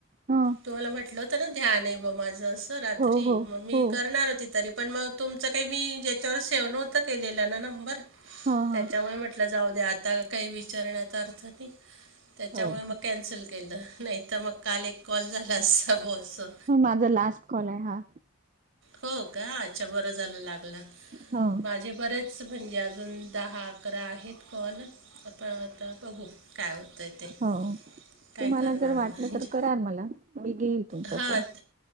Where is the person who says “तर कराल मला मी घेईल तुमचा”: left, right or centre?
Right